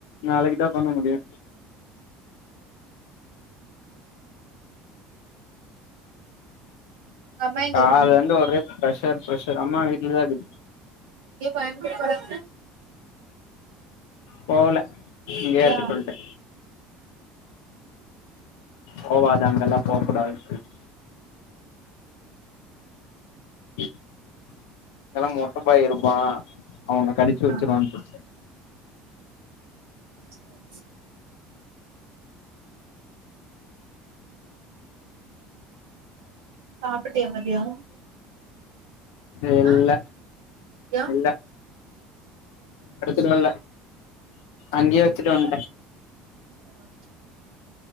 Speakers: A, on the left (about 70°); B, on the right (about 70°).
A: நாளைக்கு தா பண்ண முடியு
B: உங்க அம்மா எங்க
A: காலந்து
B: இருக்காங்க
A: ஒரே ப்ரெஷர் ப்ரெஷர் அம்மா வீட்லதா இது
B: ஏ கோயமுத்தூர் போறாங்க
A: போவல இங்கே இருக்க
B: யா
A: சொல் ட்ட போவாத அங்கெல்லா போகக்கூடாது சொல் இதெல்லா மொட்டபாய் இருப்பா அவன கடிச்சு வச்சிருவான்ட்டு
B: ஆ ஹ சாப்பிட்டியா மதியோ
A: இல்ல
B: ஆ யா
A: இல்ல எடுத்துட்டு வர்ல அங்கேயே வச்சிட்டு
B: அதா
A: வந்ட்ட
B: <unintelligible>